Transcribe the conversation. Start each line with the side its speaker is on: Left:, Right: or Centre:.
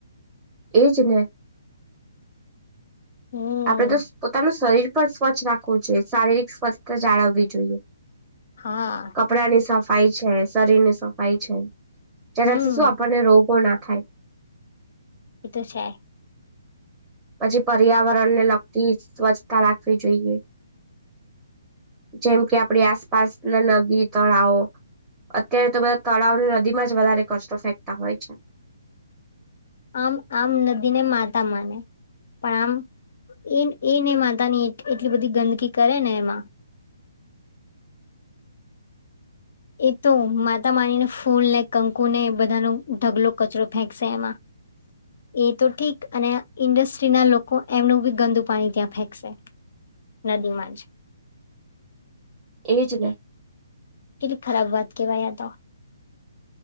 Right: એજ ને
Left: હમ
Right: આપડે તો પોતાનું શરીર પણ સ્વચ્છ રાખવું જોઈએ શારીરિક સ્વસ્્થતા જાળવવી જોઈએ
Left: હા
Right: કપડા ની સફાઈ છે શરીર ની સફાઈ છે જેનાથી
Left: હમ
Right: શું આપણને રોગો ના થાય
Left: એતો છે
Right: પછી પર્યાવરણને લગતી સ્વચ્છતા રાખવી જોઈએ જેમ કે આપડી આસપાસ ના નદી તળાવ અત્યારે તો બધા તળાવને નદીમાં જ વધારે કષ્ટો ફેંકતા હોય છે
Left: આમ આમ નદીને માતા માને પણ આમ એ એ ને માતા ની એટલી બધી ગંદકી કરે ને એમાં એ તો માતા માનીને ફૂલ ને કંકુ ને બધાનો ઢગલો કચરો ફેંકશે એમાં. એ તો ઠીક અને ઇન્ડસ્ટ્રી ના લોકો એમનું બી ગંદુ પાણી ત્યાં ફેંકશે, નદીમાં જ,
Right: એજ ને!
Left: કેટલી ખરાબ વાત કેવાયા આ તો,